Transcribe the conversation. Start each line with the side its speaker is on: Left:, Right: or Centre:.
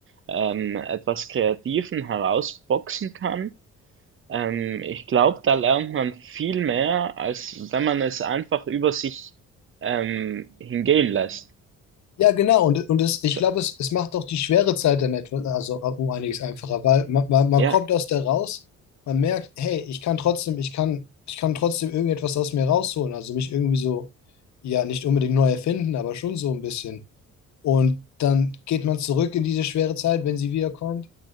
Right: ähm, etwas Kreativen herausboxen kann, ähm, ich glaube, da lernt man viel mehr, als wenn man es einfach über sich ähm, hingehen lässt.
Left: Ja, genau. Und, und es, ich
Right: F-
Left: glaube, es, es macht auch die schwere Zeit dann etwas, also um einiges einfacher, weil man, man, man
Right: Ja,
Left: kommt aus der raus, man merkt, hey, ich kann trotzdem, ich kann, ich kann trotzdem irgendetwas aus mir rausholen. Also mich irgendwie so, ja, nicht unbedingt neu erfinden, aber schon so ein bisschen. Und dann geht man zurück in diese schwere Zeit, wenn sie wiederkommt.